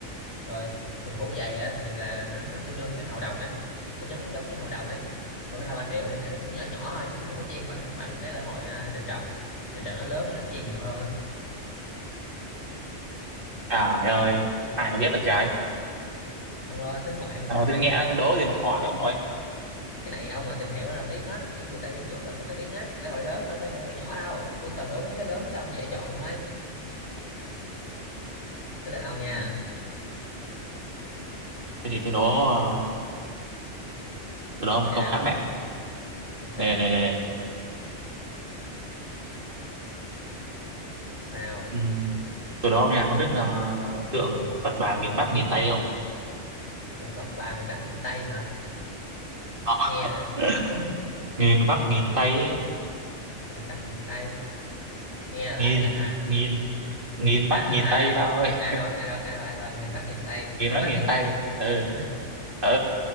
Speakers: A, on the left (about 65°); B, on the right (about 45°).
A: rồi quần phủ giày á, thì là nó nó tương đương với hầu đồng ấy Nó cũng giống giống giống như hầu đồng ấy còn lễ hội bà triệu thì nó nhỏ nhỏ thôi chứ nó không có chen bằng bằng cái lễ hội à, đền trần đền trần nó lớn nên nó chen nhiều hơn á
B: trời ơi ai mà biết được
A: ừ.
B: trời
A: ông lo xứ ngoại không
B: nào
A: sao không
B: tôi
A: biết
B: nghe
A: được
B: đố gì mà khó vậy ông nội
A: cái này ông mà tìm hiểu là biết hết kiểu người ta yêu nước là người ta biết hết lễ hội lớn mà phải lễ hội nhỏ đâu tôi toàn đố mấy cái lớn cho ông dễ chọn không ấy tới lượt ông nha
B: ừ. Thế thì tôi đố ờ, từ đó ông
A: như nào
B: câu khác nào
A: ok
B: này này này, này.
A: sao
B: Ừm, từ đó ông nha ông biết ờ, tượng Phật bà nghìn mắt nghìn tay không
A: Rồi Phật bà miền Bắc miền Tây hả
B: <laughs>
A: nghe
B: Không
A: đây.
B: ạ. nghìn mắt nghìn tay ấy.
A: miền Bắc miền Tây nghe
B: nghìn
A: là đã thấy là a
B: nghìn nghìn
A: a
B: mắt
A: a
B: nghìn
A: a
B: tay
A: a
B: ba ơi
A: À rồi a rồi a rồi à rồi miền Bắc miền Tây
B: nghìn
A: miền
B: mắt
A: Bắc
B: nghìn
A: miền
B: tay
A: Tây
B: ừ
A: <laughs>
B: ừ